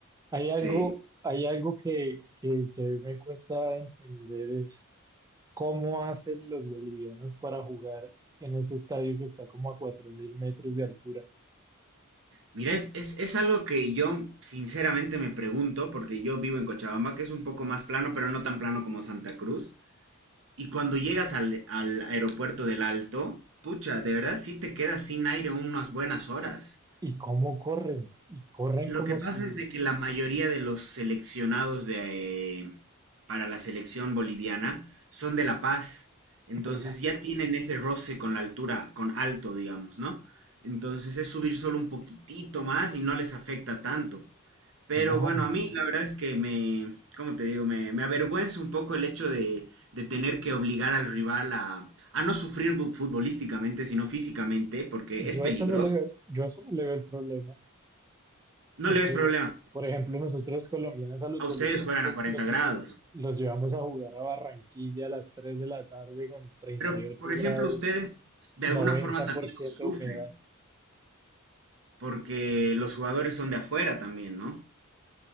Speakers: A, on the right; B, on the right.
A: Hay
B: Sí.
A: algo, hay algo que, que, que a mí me cuesta entender es cómo hacen los bolivianos para jugar en ese estadio que está como a 4.000 metros de altura
B: Mira, es, es, es algo que yo sinceramente me pregunto, porque yo vivo en Cochabamba, que es un poco más plano, pero no tan plano como Santa Cruz. Y cuando llegas al, al aeropuerto del Alto, pucha, de verdad sí te quedas sin aire unas buenas horas.
A: y cómo corren, y corren
B: Lo
A: como
B: que pasa
A: si
B: es de que la mayoría de los seleccionados de, eh, para la selección boliviana son de La Paz, entonces
A: de La
B: ya
A: Paz.
B: tienen ese roce con la altura, con alto, digamos, ¿no? Entonces es subir solo un poquitito más y no les afecta tanto. Pero
A: No,
B: bueno,
A: no,
B: a mí
A: no.
B: la verdad es que me, ¿cómo te digo? Me, me avergüenza un poco el hecho de, de tener que obligar al rival a, a no sufrir bu- futbolísticamente, sino físicamente, porque
A: Yo
B: es peligroso.
A: a eso no le veo, yo a eso no le veo el problema,
B: No
A: porque,
B: le ves problema.
A: por ejemplo, nosotros colombianos a los
B: A
A: bolivianos
B: ustedes juegan
A: los,
B: a 40
A: los,
B: grados.
A: lle- los llevamos a jugar a Barranquilla a las 3 de la tarde con treinta
B: Pero,
A: y ocho
B: por ejemplo,
A: grados
B: ustedes de
A: noventa
B: alguna forma también
A: por ciento
B: lo sufren,
A: de humedad,
B: porque los jugadores son de afuera también, ¿no?